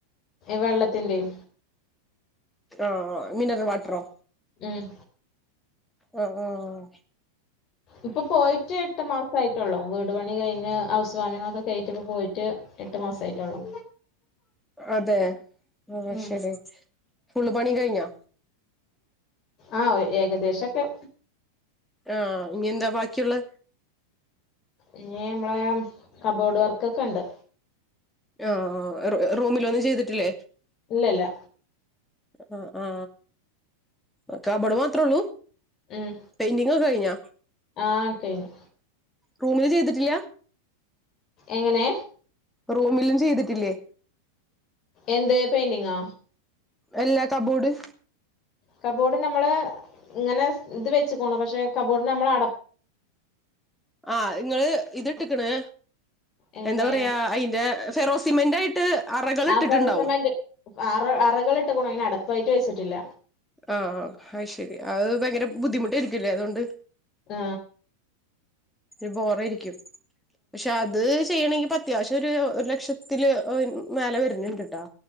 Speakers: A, on the left (about 35°); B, in the centre.
A: വെള്ളത്തിന്റെയ്
B: ആ ആ മിനറൽ വാട്ടറോ
A: ഉം
B: അ ഉം ഉം
A: ഇപ്പൊ പോയിട്ട് എട്ട് മാസായി ഉള്ളു വീട് പണി കഴിഞ്ഞ് ഹൗസ് വാമിങ്ങോക്കെയ്റ്റ് പോയിറ്റ് എട്ട് മാസായിട്ടള്ളൂ
B: അതേ ആ
A: ഉം
B: ശരി ഫുൾപണി കഴിഞ്ഞോ
A: ആ ഏകദേശൊക്കെ
B: ആ ഇനിയെന്താ ബാക്കിയുള്ള
A: ഇനി നമ്മളേ കബോർഡ് വർക്കൊക്കെണ്ട്
B: ആ റു റൂമിലൊന്നും ചെയ്തിട്ടില്ലേ
A: ഇല്ലല്ല
B: ആ ആ കബോർഡ് മാത്രഉള്ളൂ
A: ഉം
B: പെയിന്റിങ്ങൊക്കെ കഴിഞ്ഞ
A: ആഹ് കഴിഞ്ഞു
B: റൂമിൽ ചെയ്തിട്ട ഇല്ലാ
A: എങ്ങനേ
B: റൂമിലും ചെയ്തിട്ടില്ലേ
A: എന്ത് പെയിന്റിങ്ങാ
B: എല്ലാ കബോർഡ്
A: കബോർഡ് നമ്മള് ഇങ്ങനെ ഇത് വെച്ച്ക്ക്ണു പക്ഷെ കബോർഡിനമ്മൾ അട
B: ആ നിങ്ങള് ഇത് ഇട്ടിക്ക്ണ്
A: എങ്ങനെ
B: എന്താ പറയാ അതിന്റെ ഫെറോസിമെന്റായിട്ട് അറകൾ
A: ആ
B: ഇട്ടിട്ടുണ്ടാവും
A: ഫെറോസെമന്റ് അറ അറകൾ ഇട്ട്ക്ക്ണു അതിന് അടപ്പായിട്ട് വെച്ചിട്ടില്ല
B: ആ ആ അയ്ശരി അത് ഭയങ്കര ബുദ്ധിമുട്ടായിരിക്കുല്ലേ അതുകൊണ്ട്
A: ആ
B: ഒരു ബോറയിരിക്കും പക്ഷെ അത് ചെയ്യണങ്കി അത്യാവശ്യം ഒരു ഒരു ലക്ഷത്തില് ഏ മേലെ വര്ണണ്ട്ട്ടാ